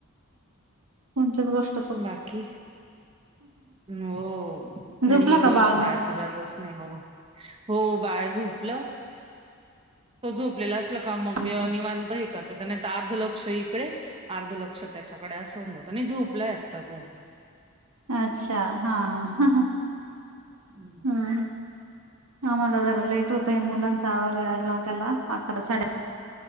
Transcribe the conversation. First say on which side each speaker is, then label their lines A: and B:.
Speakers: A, on the right; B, on the right.
A: कोणतीच गोष्ट्
B: बाकी हो
A: झोपला
B: अन ही गोष्ट
A: का बाळ
B: त
A: मग
B: अजिबातच नाई हो, हो बाळ झोपलं तो झोपलेला अस् -ला क
A: तुमचं
B: मंग ते निवांत हे कर् त्या त नाई त अर्ध लक्ष इकडे लक्ष त्याच्याकडे अस हुन जातं, नई झोपलाय आत्ता तो.
A: अच्छा हा हा.
B: हम्म.
A: हम् आम्हाला जरा लेट होतंय मुलांचा आवरायला त्याला अकरा साड्या